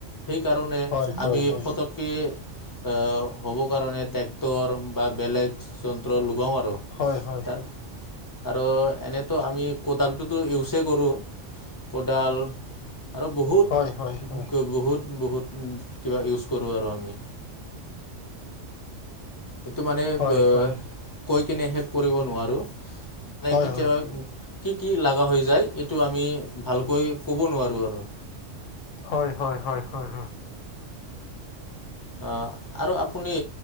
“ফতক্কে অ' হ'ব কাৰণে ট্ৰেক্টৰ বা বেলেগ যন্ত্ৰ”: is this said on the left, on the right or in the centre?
Left